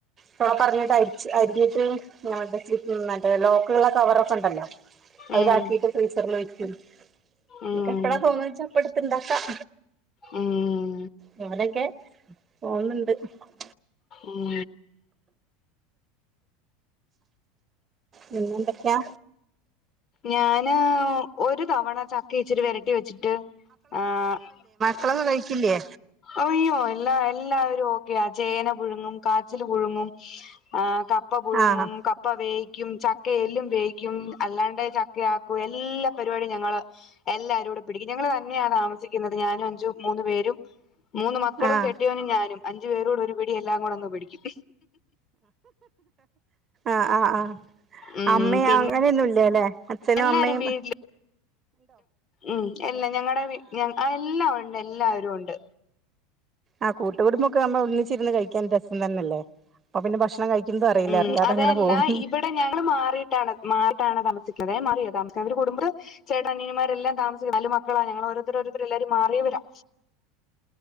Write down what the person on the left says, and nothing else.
ഉം
ഉം
ഉം
ഉം
ഞാന് ഒര് തവണ ചക്ക ഇച്ചിരി വെരട്ടി വെച്ചിട്ട് ആഹ് -
ഓഅയ്യോ എല്ലാ എല്ലാവരും ഓക്കെയാ ചേന പുഴുങ്ങും കാച്ചിൽ പുഴുങ്ങും ആഹ് കപ്പ പുഴുങ്ങും
ക പ്പ വേയ്ക്കും ചക്കേ എല്ലും വേയ്ക്കും അല്ലാണ്ട് ചക്കയാക്കും എല്ലാ പരുവാടിം ഞങ്ങള് എല്ലാരൂടെ പിടിക്കും ഞങ്ങള് തന്നെയാണ് താമസിക്കുന്നത് ഞാനും അഞ്ചും മൂന്ന് പേരും മൂന്ന് മക്കളും
കെട്ടിയോനും ഞാനും അഞ്ചു പേരൂടൊര് പിടി എല്ലാം കൂടെ ഒന്ന് പിടിക്കും
ഉം
പിന്നെ
എല്ലാരും
വീട്ടില് ഉം എല്ല ഞങ്ങടെ ഞ ആഹ് എല്ലാവൊണ്ട് എല്ലാവരുഒണ്ട്
ഉം
അതല്ല
ഇവിടെ ഞങ്ങള് മാറീട്ടാണ് മാറീട്ടാണ് താമസിക്ക്ന്നതേ മാറ്യാ താമസിക്ക അവര് കുടുംമ്പത്ത് ചേട്ടനനിയന്മാരെല്ലാം തമസിക്ക നാലു മക്കളാ ഞങ്ങളോരോര്ത്തരോരോര്ത്തരെല്ലാരും മാറിയവരാ